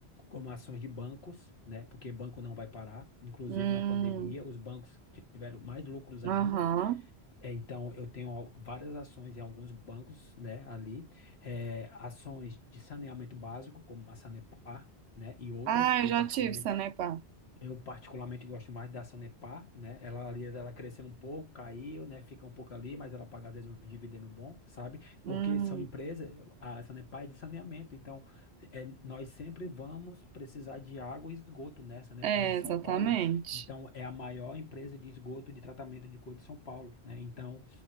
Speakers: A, on the left (about 70°); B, on the right (about 80°).
A: como ações de bancos, né? Porque banco não vai parar. Inclusive
B: hum,
A: na pandemia, os bancos tiveram mais lucros ainda.
B: aham.
A: É, então, eu tenho al- várias ações em alguns bancos, né, ali, é, ações de saneamento básico, como a Sanepar, né, e outras.
B: Ah,
A: Eu
B: eu já
A: particularmente,
B: tive Sanepar.
A: eu particularmente gosto mais da Sanepar, né, ela ali, ela cresceu um pouco, caiu, né, fica um pouco ali, mas ela paga às vezes um dividendo bom, sabe?
B: Hum,
A: Porque são empresas, a Sanepar é de saneamento, então é, nós sempre vamos precisar de água e esgoto, né? A Sanepar
B: é,
A: é de São
B: exatamente.
A: Paulo, então é a maior empresa de esgoto de tratamento de cor de São Paulo, né? Então,